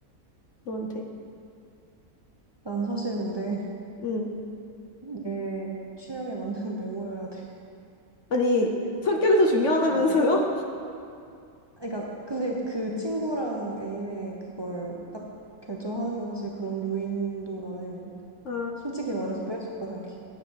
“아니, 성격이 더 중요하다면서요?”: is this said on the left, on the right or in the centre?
Left